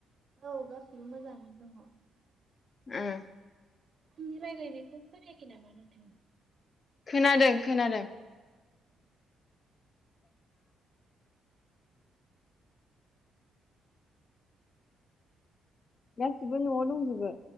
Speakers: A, on the right; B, on the left.
A: औ गासैसिबो मोजाङैनो दङ।
B: ओं
A: आंनि रायलायनायखौ खोनायाखै नामा नोंथाङा?
B: खोनादों खोनादों।
A: उ
B: गासिबो न'आव दंजोबो